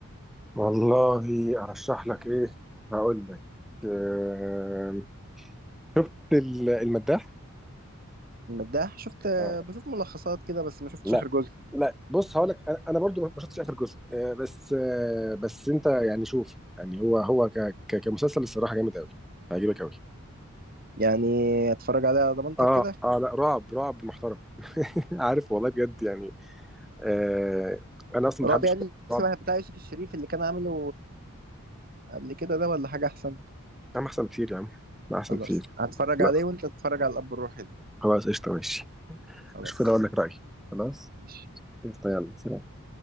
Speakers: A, in the centre; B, on the right.
A: والله ارشح لك ايه هقول لك آه... شفت ال- المداح
B: المداح شفت آه،
A: آه.
B: بشوف ملخصات كده بس ما شفتش
A: لا
B: آخر جزء
A: لا بص هقول لك انا أنا برضو ما شفتش اخر جزء آه بس آه بس انت يعني شوفه يعني هو هو ك... ك... كمسلسل الصراحه جامد قوي هيعجبك قوي
B: يعني اتفرج عليها على ضمانتك
A: اه
B: كده
A: اه لا رعب رعب محترم <laughs> عارف والله بجد يعني آه انا اصلا
B: رعب
A: ما بحبش
B: يعني
A: الرعب
B: شبه بتاع يوسف الشريف اللي كان عامله قبل كده ده ولا حاجة أحسن
A: يا عم احسن بكتير يا عم لا احسن
B: خلاص
A: بكتير
B: هتفرج
A: لا
B: عليه وأنت تتفرج على الأب الروحي ده
A: خلاص قشطه ماشي
B: خلاص
A: اشوف كده اقول لك رايي خلاص
B: ماشي
A: قشطه يلا سلام